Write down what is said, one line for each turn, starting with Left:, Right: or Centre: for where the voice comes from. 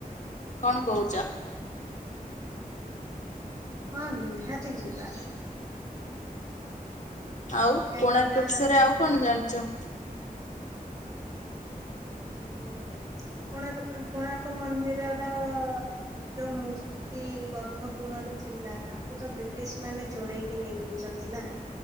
Left: କଣ କହୁଛ।
Right: ହଁ ନିହାତି ଯିବା।
Left: ଆଉ
Right: କାହିଁକି
Left: କୋଣାର୍କ
Right: ନା
Left: ବିଷୟରେ ଆଉ କଣ ଜାଣିଛ।
Right: ହଁ କୋଣାର୍କ କୋଣାର୍କ ମନ୍ଦିରର ଯୋଉ ମୂର୍ତ୍ତି ତି ଗର୍ଭ ଗୃହରେ ଥିଲା ତାକୁ ତ ବ୍ରିଟିଶ ମାନେ ଚୋରେଇକି ନେଇଯାଇଛନ୍ତି ନା।